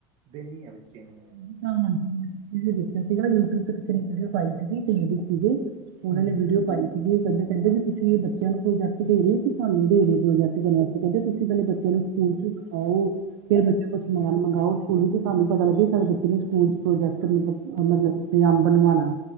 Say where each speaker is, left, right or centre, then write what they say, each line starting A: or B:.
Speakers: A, on the right; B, on the right.
A: ਦੇਨੀ ਆ ਬੱਚੇ ਨੂੰ।
B: <unintelligible> ਸੀਗਾ ਯੂਟਿਊਬ ਤੇ ਕਿਸੇ ਨੇ ਵੀਡੀਓ ਪਾਈ ਸੀਗੀ ਇੱਕ ਲੇਡੀਜ਼ ਸੀ ਉਹਨਾਂ
A: ਹੂੰ
B: ਨੇ ਵੀਡੀਓ ਪਾਈ ਸੀ। ਉਹ ਕਹਿੰਦੇ ਕਹਿੰਦੇ ਵੀ ਤੁਸੀਂ ਇਹ ਬੱਚਿਆਂ ਨੂੰ ਪ੍ਰੋਜਕਟ ਦੇ ਰਹੇ ਹੋ ਕੇ ਸਾਨੂੰ। ਕਹਿੰਦੇ ਤੁਸੀਂ ਕਹਦੇ ਬੱਚਿਆਂ ਨੂੰ ਸਕੂਲ ਚ ਸਿਖਾਓ ਫਿਰ ਬੱਚਿਆਂ ਕੋਲ ਸਮਾਨ ਮੰਗਾਓ। ਸਕੂਲ ਵਿੱਚ ਸਾਨੂੰ ਪਤਾ ਲੱਗ ਸਕਦਾ ਕਿਨੇ ਸਕੂਲ ਪ੍ਰੋਜੈਕਟਬ ਮਤਲਬ ਬਣਵਾਉਣਾ।